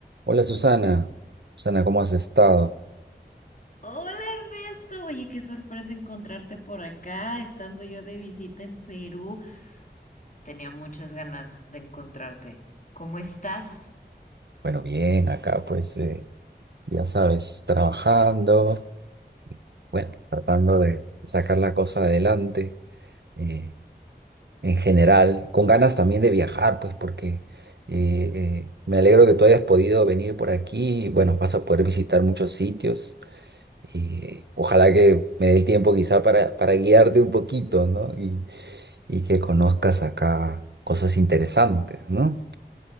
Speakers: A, on the right; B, on the left.
A: Hola Susana, Susana, ¿cómo has estado?
B: Hola Ernesto, oye, qué sorpresa encontrarte por acá, estando yo de visita en Perú. Tenía muchas ganas de encontrarte. ¿Cómo estás?
A: Bueno, bien, acá pues eh, ya sabes, trabajando, bueno, tratando de sacar la cosa adelante eh, en general, con ganas también de viajar, pues porque eh, eh, me alegro que tú hayas podido venir por aquí, bueno, vas a poder visitar muchos sitios y ojalá que me dé el tiempo quizá para, para guiarte un poquito, ¿no? Y, y que conozcas acá cosas interesantes, ¿no?